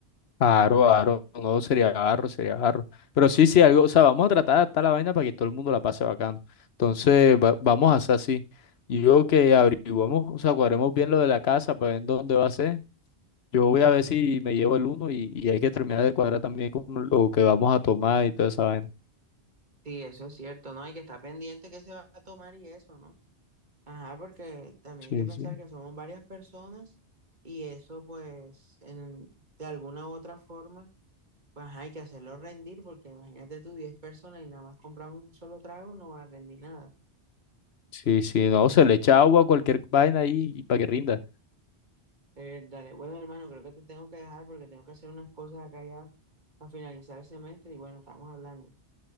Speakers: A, on the left; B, on the right.
A: Aro, aro, no sería barro, sería barro. Pero sí, sí, algo, o sea, vamos a tratar de adaptar la vaina para que todo el mundo la pase bacano. Entonces, va- vamos a hacer así. Y yo que averiguamos, o sea, cuadremos bien lo de la casa para ver dónde va a ser. Yo voy a ver si me llevo el uno y, y hay que terminar de cuadrar también con lo que vamos a tomar y toda esa vaina.
B: Sí, eso es cierto, ¿no? Hay que estar pendiente que se va a tomar y eso, ¿no? Ajá, porque también
A: Sí,
B: hay que pensar
A: sí.
B: que somos varias personas y eso pues en- de alguna u otra forma, pues ajá, hay que hacerlo rendir porque imagínate tú 10 personas y nada más compramos un solo trago, no va a rendir nada.
A: Sí, sí, no, se le echa agua a cualquier vaina ahí y para que rinda.
B: Eh, dale, bueno hermano, creo que te tengo que dejar porque tengo que hacer unas cosas acá ya a finalizar el semestre y bueno, estamos hablando.